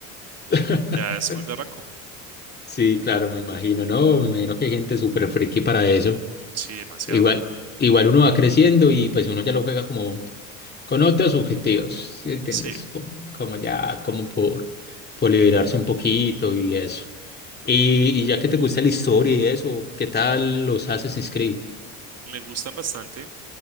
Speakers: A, on the left; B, on the right.
A: <laughs>
B: ya es muy berraco.
A: Sí, claro, me imagino, ¿no? Me imagino que hay gente súper friki para eso.
B: Sí, demasiado.
A: Igual, igual uno va creciendo y pues uno ya lo juega como con otros objetivos, ¿sí entiendes?
B: Sí,
A: Como, como ya, como por, por liberarse un poquito y eso. Y, y ya que te gusta la historia y eso, ¿qué tal los Assassin's Creed?
B: me gustan bastante.